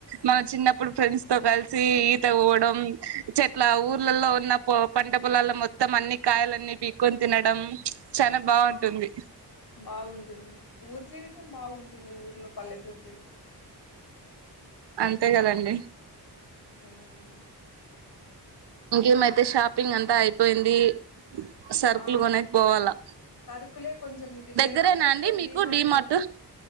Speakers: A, on the right; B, on the left.
A: మన చిన్నప్పుడు ఫ్రెండ్స్ తో కలిసి ఈత పోవడం చెట్ల ఊర్లలో ఉన్న పంట పొలాల్లో మొత్తం అన్ని కాయలన్నీ పీక్కోన్ తినడం చానా బాగుంటుంది
B: ఆ బాగుంటుంది ఊర్ జీవి తం బాగుంటుంది ఊరిలో పల్లెటూరు జీవితం
A: అంతే కదండి
B: ఉమ్.
A: ఇంకేమైతే షాపింగ్ అంతా అయిపోయింది సర్కుల్
B: ఆ
A: కొనేక్ పోవాలా
B: సరుకులే కొంచెం వేరే
A: దగ్గరేనా
B: వాళ్ళు చెప్తారు
A: అండి మీకు
B: డిమార్ట్లో
A: డిమార్ట్